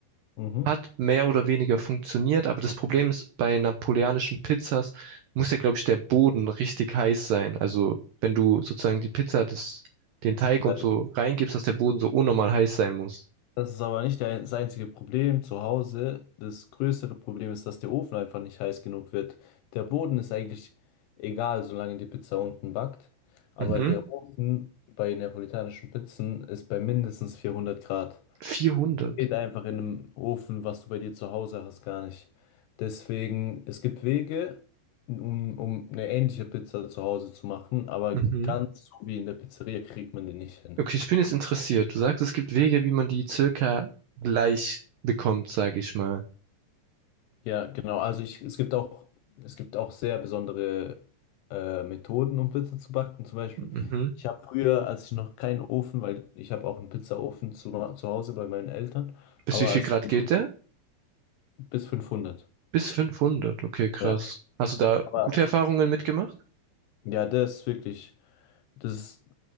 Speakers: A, on the left; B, on the right.
A: mhm.
B: Hat mehr oder weniger funktioniert, aber das Problem ist, bei napoleonischen Pizzas muss ja, glaube ich, der Boden richtig heiß sein. Also wenn du sozusagen die Pizza, das, den Teig
A: Ja,
B: und
A: das
B: so reingibst, dass der Boden so unnormal heiß sein muss.
A: das ist aber nicht der- das einzige Problem zu Hause. Das größere Problem ist, dass der Ofen einfach nicht heiß genug wird. Der Boden ist eigentlich egal, solange die Pizza unten backt. Aber
B: Mhm.
A: der Ofen bei neapolitanischen Pizzen ist bei mindestens 400 Grad.
B: 400.
A: geht einfach in einem Ofen, was du bei dir zu Hause hast, gar nicht. Deswegen, es gibt Wege, um, um eine ähnliche Pizza zu Hause zu machen, aber
B: Mhm.
A: ganz so wie in der Pizzeria kriegt man die nicht hin.
B: Okay, ich bin jetzt interessiert. Du sagst, es gibt Wege, wie man die circa gleich bekommt, sage ich mal.
A: Ja, genau. Also ich, es gibt auch, es gibt auch sehr besondere äh, Methoden, um Pizza zu backen. Zum Beispiel,
B: Mhm.
A: ich habe früher, als ich noch keinen Ofen, weil ich habe auch einen Pizzaofen zu, zu Hause bei meinen Eltern,
B: Bis
A: aber
B: wie viel
A: als
B: Grad
A: ich den
B: geht der?
A: bis 500.
B: Bis 500. Okay, krass.
A: Ja,
B: Hast du da
A: aber
B: gute
A: als
B: Erfahrungen
A: ich,
B: mitgemacht?
A: ja, der ist wirklich. Das ist